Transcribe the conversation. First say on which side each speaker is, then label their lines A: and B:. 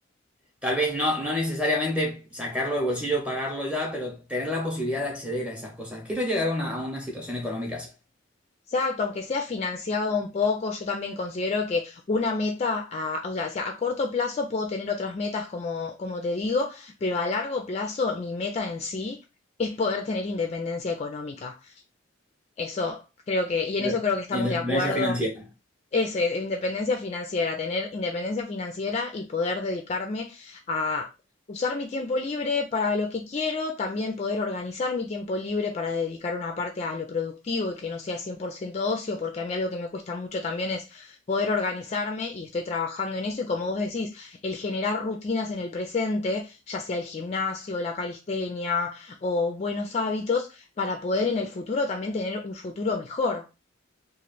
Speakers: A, in the centre; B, on the left.
A: tal vez no, no necesariamente sacarlo del bolsillo, pagarlo ya, pero tener la posibilidad de acceder a esas cosas. Quiero llegar a una, a una situación económica así,
B: Exacto, aunque sea financiado un poco, yo también considero que una meta, a, o sea, si a corto plazo puedo tener otras metas como, como te digo, pero a largo plazo mi meta en sí es poder tener independencia económica. Eso creo que, y en
A: de
B: eso creo que estamos
A: independencia
B: de acuerdo.
A: financiera.
B: Eso, eh, independencia financiera, tener independencia financiera y poder dedicarme a usar mi tiempo libre para lo que quiero, también poder organizar mi tiempo libre para dedicar una parte a lo productivo y que no sea 100% ocio, porque a mí algo que me cuesta mucho también es poder organizarme y estoy trabajando en eso y como vos decís, el generar rutinas en el presente, ya sea el gimnasio, la calistenia o buenos hábitos, para poder en el futuro también tener un futuro mejor.